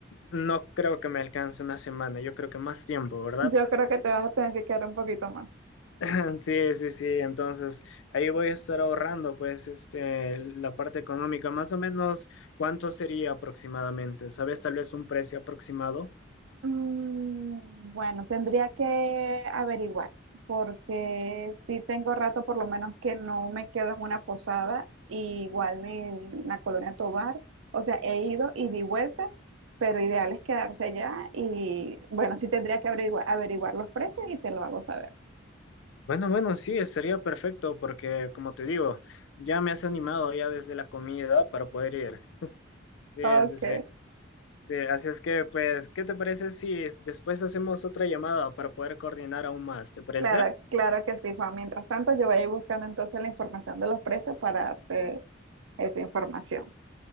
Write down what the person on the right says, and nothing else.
Yo creo que te vas a tener que quedar un poquito más.
Mm, Bueno, tendría que averiguar, porque sí tengo rato por lo menos que no me quedo en una posada, y igual en la Colonia Tovar, o sea, he ido y di vuelta, pero ideal es quedarse allá y bueno, sí tendría que averiguar, averiguar los precios y te lo hago saber.
Ok,
claro, claro que sí, Juan. Mientras tanto, yo voy a ir buscando entonces la información de los precios para darte esa información.